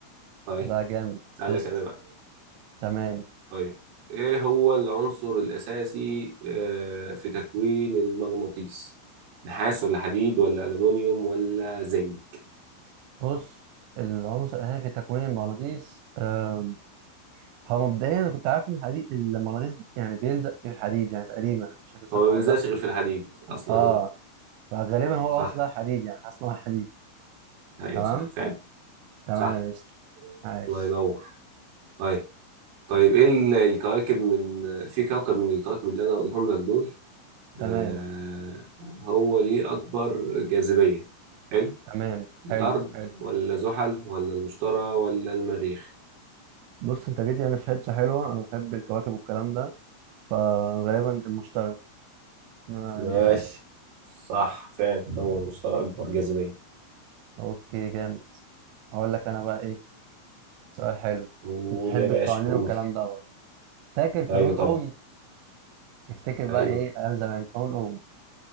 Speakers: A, on the right; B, on the right.
A: طيب
B: لا جامد
A: تعالى
B: قشطة
A: لك انا بقى
B: تمام
A: طيب ايه هو العنصر الاساسي آه، في تكوين المغناطيس نحاس ولا حديد ولا الومنيوم ولا زنك
B: بص العنصر الأساسي في تكوين المغناطيس آه، هو مبدئيا انا كنت عارف ان الحديد المغناطيس يعني بيلزق في الحديد يعني تقريبا مش فاكر صح
A: هو ما بيلزقش
B: ولا لا
A: غير في الحديد اصلا
B: اه
A: يعني
B: فغالبا هو
A: صح
B: العنصر ده حديد يعني حاسس ان هو حديد
A: ايوه
B: تمام
A: صح فعلا
B: تمام
A: صح
B: يا قشطة. عايش
A: الله ينور طيب طيب ايه ال- الكواكب من آه، في كوكب من الكواكب اللي انا اقولهم لك دول
B: تمام
A: آه، هو ليه اكبر جاذبية حلو
B: تمام
A: الارض
B: حلو حلو
A: ولا زحل ولا المشتري ولا المريخ
B: بص انت جيت يعني في حته حلوه انا بحب الكواكب والكلام ده فغالبا المشتري انا
A: ماشي
B: أنا فاهم
A: صح فعلا هو المشترى أكبر جاذبية
B: اوكي جامد هقول لك انا بقى ايه سؤال حلو
A: قول
B: بتحب
A: يا باشا
B: القوانين
A: قول
B: والكلام دوت فاكر قانون
A: أيوه
B: اوم
A: طبعا
B: افتكر بقى
A: ايوه
B: ايه ايام زمان قانون اوم